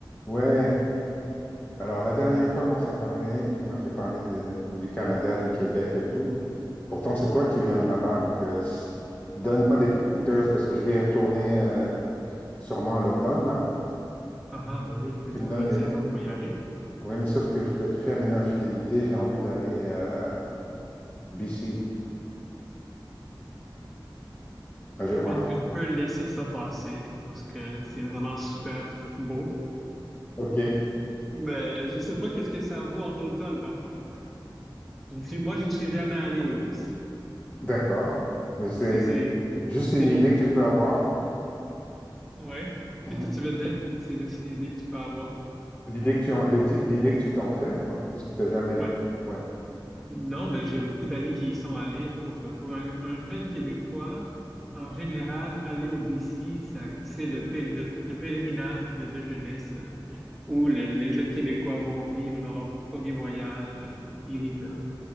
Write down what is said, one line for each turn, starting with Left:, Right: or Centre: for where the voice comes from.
Left: Ouais, alors la dernière fois qu'on s'est parlé, tu m'as fait parler de- du Canada, du Québec et tout. Pourtant, c'est toi qui
Centre: Ouais.
Left: viens de là-bas, donc euh, s- donne-moi
Centre: <laughs>
Left: des pointers parce que je vais y retourner euh, sûrement à l'automne, là.
Centre: Ah, ah, ben oui, écoute,
Left: Tu
Centre: c'est
Left: me donnes
Centre: la bonne
Left: des...
Centre: saison pour y aller.
Left: Oui, mais sauf que je vais te faire une infidélité, j'ai envie d'aller euh, BC, à Geois.
Centre: Je pense que je peux laisser ça passer parce que c'est vraiment super beau.
Left: Ok,
Centre: Mais je sais pas qu'est-ce que ça vaut en automne, par contre. Je ne suis- moi, je ne suis jamais allé au BC.
Left: d'accord. Mais c'est
Centre: C'est, c'est,
Left: juste
Centre: c'est
Left: une idée
Centre: mon...
Left: que tu peux avoir.
Centre: Ouais.
Left: Mhm.
Centre: Qu'est-ce que tu veux dire? C'est juste une idée que tu peux avoir.
Left: L'idée que tu en- l'idée l'idée que tu t'en fais, quoi, puisque tu n'as jamais
Centre: Ouais.
Left: été. Ouais,
Centre: Non, mais j'ai beaucoup d'amis qui y sont allés. Pour, euh, pour un, un jeune Québécois, en général, aller au BC, ça- c'est le, pè- le- le pèlerinage de, de jeunesse euh, où le- les jeunes Québécois vont vivre leur premier voyage. euh, Ils vivent leur,